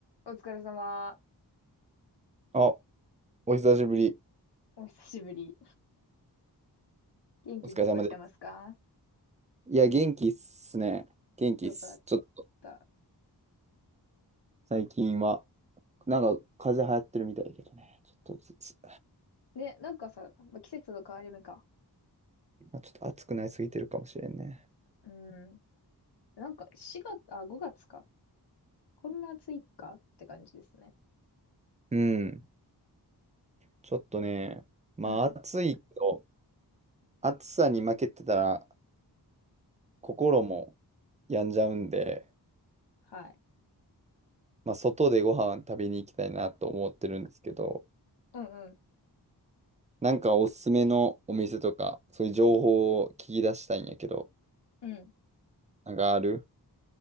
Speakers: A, on the left (about 85°); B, on the right (about 20°).
A: お疲れ様。
B: あ、お久しぶり。
A: お久しぶり。元気に過ごしてますか
B: お疲れ様です。いや、元気っすね。元気っす。
A: よかっ
B: ちょっと、
A: た。
B: 最近は、なんか、風邪流行ってるみたいだけどね。ちょっとずつ、
A: ね、なんかさ、ま季節の変わり目か。
B: まあ、ちょっと暑くなりすぎてるかもしれんね。
A: うん。なんか4月、あ、5月か。こんな暑いかって感じですね。
B: うん。ちょっとね、まあ、
A: うん。
B: 暑いけど、暑さに負けてたら、心も病んじゃうんで、
A: はい。
B: まあ、外でご飯食べに行きたいなと思ってるんですけど、
A: うんうん。
B: なんかおすすめのお店とか、そういう情報を聞き出したいんやけど、
A: うん。
B: なんかある